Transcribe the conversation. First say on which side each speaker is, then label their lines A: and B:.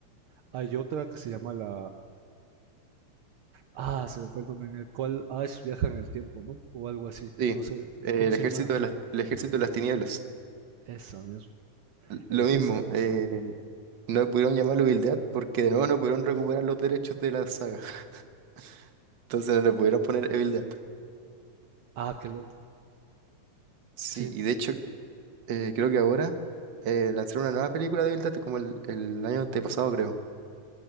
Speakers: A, on the right; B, on the right.
A: hay otra que se llama la... Ah, se me fue el nombre, en el cual Ash viaja en el tiempo, ¿no? O algo así.
B: Sí,
A: No
B: eh,
A: sé,
B: el
A: ¿cómo se
B: ejército
A: llama?
B: de las, el ejército de las tinieblas.
A: Esa mismo.
B: L-
A: El
B: Lo
A: Ejército
B: mismo.
A: de las
B: eh,
A: Tinieblas.
B: No pudieron llamarlo Evil Dead porque de nuevo no pudieron recuperar los derechos de la saga. <laughs> Entonces no le pudieron poner Evil Dead.
A: Ah, qué loco.
B: Sí,
A: Sí,
B: y de hecho eh, creo que ahora eh, lanzaron una nueva película de Evil Dead como el, el año antepasado creo.